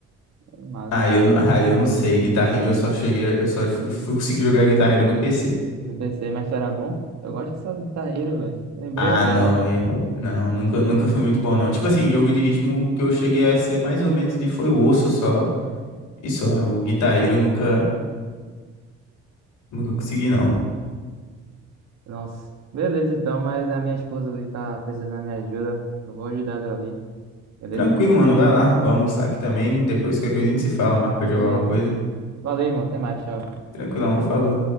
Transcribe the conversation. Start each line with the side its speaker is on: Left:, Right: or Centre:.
Right: É massa.
Left: Ah, eu, <laughs> n- ah, eu não sei. Guitar
Right: Beleza.
Left: Hero, eu só cheguei. a- Eu só fui, fui conseguir jogar Guitar Hero no PC.
Right: No PC, mas era bom? Eu gosto dessa Guitar Hero, velho. Lembrei
Left: Ah,
Right: agora.
Left: não, velho. Não, nunca, nunca fui muito bom, não. Tipo assim, jogo de ritmo, o que eu cheguei a ser mais ou menos ali foi o osso só. E só, o Guitar Hero eu nunca, nunca consegui, não.
Right: Nossa. Beleza, então, mas a minha esposa ali tá precisando da minha ajuda. Eu vou ajudar ela ali, beleza?
Left: Tranquilo, mano, vai lá, vai almoçar aqui também. Depois qualquer coisa a gente se fala, marca jogar
Right: Beleza.
Left: uma coisa.
Right: Valeu, irmão. Até mais, tchau.
Left: Tranquilão, falou.